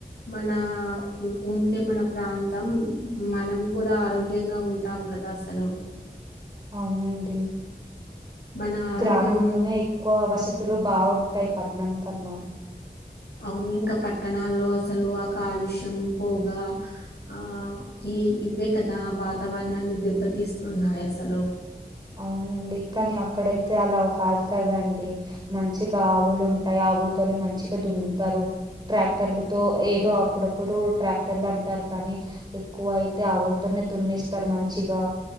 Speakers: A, on the left; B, on the right.
A: మన ఉంటే మన ప్రాంతం మనం కూడా ఆరోగ్యంగా ఉంటాము కదా అసలు
B: అవునండి
A: మన ఆరోగ్యం
B: గ్రామంలోనే ఎక్కువ వసతులు బాగుంటాయి పట్టణం కన్నా
A: అవును ఇంకా పట్టణాల్లో అసలు ఆ కాలుష్యం పొగ ఆ ఈ ఇవే కదా వాతావరణాన్ని దెబ్బతీస్తున్నాయి అసలు
B: అవునండి కానీ అక్కడైతే అలా కాదు కదండి మంచిగా ఆవులు ఉంటాయి ఆవులతోని మంచిగా ద్దునుతారు ట్రాక్టర్లు తో ఏదో అప్పుడప్పుడు ట్రాక్టర్లు అంటారు కానీ ఎక్కువ అయితే ఆవులతోనే దున్నిస్తారు మంచిగా